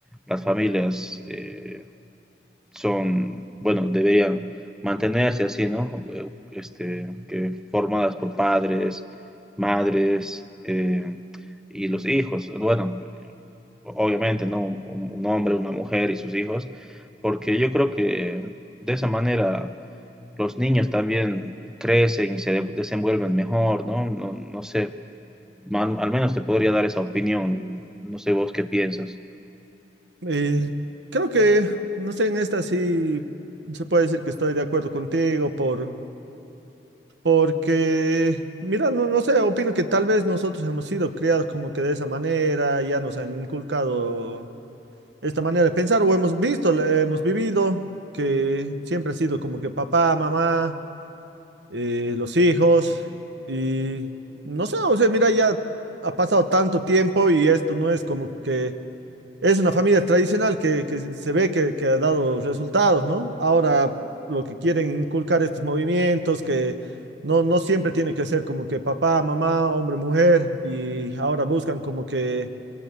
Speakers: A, in the centre; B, on the right.
A: las familias eh, son, bueno, deberían mantenerse así, ¿no? Eh, Este, que formadas por padres, madres eh, y los hijos. Bueno, obviamente, ¿no? Un, un hombre, una mujer y sus hijos, porque yo creo que de esa manera los niños también crecen y se de- desenvuelven mejor, ¿no? No, no sé, man- al menos te podría dar esa opinión, no sé vos qué piensas.
B: Eh, creo que, no sé, en esta sí se puede decir que estoy de acuerdo contigo por. Porque, mira, no, no sé, opino que tal vez nosotros hemos sido criados como que de esa manera, ya nos han inculcado esta manera de pensar, o hemos visto, la- hemos vivido, que siempre ha sido como que papá, mamá, eh, los hijos, y no sé, o sea, mira, ya ha pasado tanto tiempo y esto no es como que es una familia tradicional que, que se ve que, que ha dado resultados, ¿no? Ahora lo que quieren inculcar estos movimientos, que no, no siempre tiene que ser como que papá, mamá, hombre, mujer, y ahora buscan como que